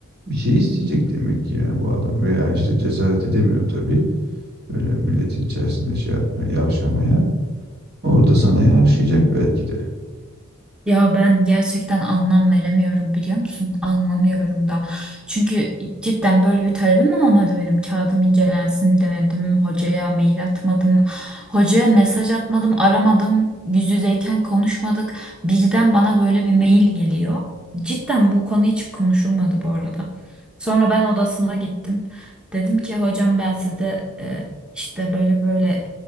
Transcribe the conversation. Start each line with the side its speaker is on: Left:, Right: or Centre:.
Right: bir şey isteyecek demek ki yani bu adam veya işte cesaret edemiyor tabii. Böyle milletin içerisinde şey yapmaya, yavşamaya. Orada sana yavşayacak belki de.
Centre: Ya ben gerçekten anlam veremiyorum biliyor musun? Anlamıyorum da. Çünkü cidden böyle bir talebim olmadı benim. Kağıdım incelensin demedim. Hocaya mail atmadım. Hocaya mesaj atmadım. Aramadım. Yüz yüzeyken konuşmadık. Birden bana böyle bir mail geliyor. Cidden bu konu hiç konuşulmadı bu arada. Sonra ben odasına gittim. Dedim ki hocam ben size e, işte böyle böyle